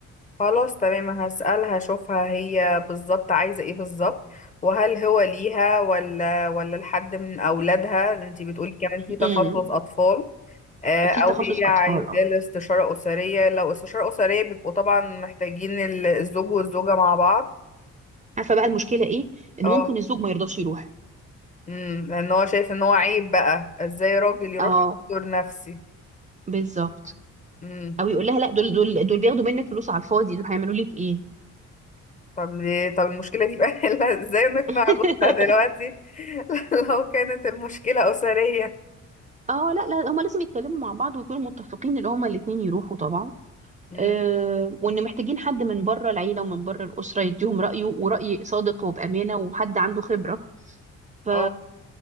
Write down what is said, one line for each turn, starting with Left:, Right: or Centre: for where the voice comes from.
Left: خلاص تمام هسألها اشوفها هي بالظبط عايزة ايه بالظبط وهل هو ليها ولا ولا لحد من اولادها انتي بتقولي كمان في تخصص
Right: امم
Left: اطفال آه،
Right: في
Left: او
Right: تخصص
Left: هي عايزة
Right: اطفال اه
Left: الاستشارة أسرية لو استشارة أسرية بيبقوا طبعا محتاجين ال- الزوج والزوجة مع بعض
Right: عارفه بقى المشكله ايه ان
Left: اه
Right: ممكن الزوج ما يرضاش يروح
Left: امم لأن هو شايف ان هو عيب بقى ازاي راجل يروح
Right: اه
Left: لدكتور نفسي
Right: بالظبط
Left: امم
Right: او يقول لها لا دول دول دول بياخدوا منك فلوس على الفاضي دول هيعملوا لك ايه
Left: طب ليه طب المشكلة دي بقى <laughs> نحلها ازاي نقنع
Right: <laughs>
Left: جوزها دلوقتي <laughs> لو كانت المشكلة أسرية
Right: اه لا لا هما لازم يتكلموا مع بعض ويكونوا متفقين ان هما الاتنين يروحوا طبعا
Left: امم
Right: آه وان محتاجين حد من بره العيله ومن بره الاسره يديهم رايه وراي صادق وبامانه وحد عنده خبره ف
Left: اه